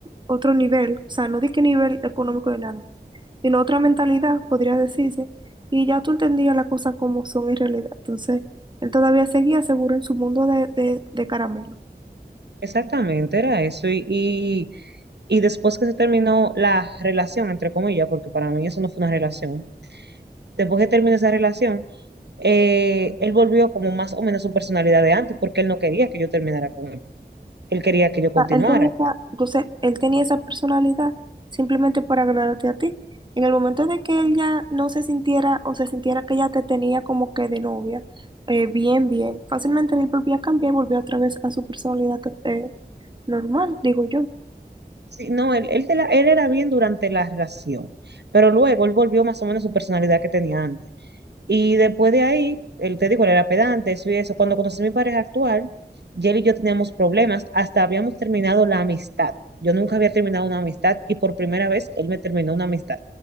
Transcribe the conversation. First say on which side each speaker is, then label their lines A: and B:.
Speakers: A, on the right; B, on the right.
A: otro nivel, o sea, no di que nivel económico de nada, sino otra mentalidad, podría decirse, y ya tú entendías las cosas como son en realidad. Entonces, él todavía seguía seguro en su mundo de, de, de caramelo.
B: exactamente, era eso. Y, y, y después que se terminó la relación, entre comillas, porque para mí eso no fue una relación, después que terminó esa relación, eh, él volvió como más o menos su personalidad de antes, porque él no quería que yo terminara con él. él quería que yo continuara.
A: sea, él tenía esa, entonces, él tenía esa personalidad simplemente por agradarte a ti. En el momento de que él ya no se sintiera o se sintiera que ya te tenía como que de novia, eh, bien, bien, fácilmente él volvía a cambiar y volvía otra vez a su personalidad eh, normal, digo yo.
B: Sí, no, él, él, te la- él era bien durante la relación, pero luego él volvió más o menos a su personalidad que tenía antes. Y después de ahí, el te digo, él era pedante, eso y eso. Cuando conocí a mi pareja actual, y él y yo teníamos problemas, hasta habíamos terminado la amistad. Yo nunca había terminado una amistad y por primera vez él me terminó una amistad.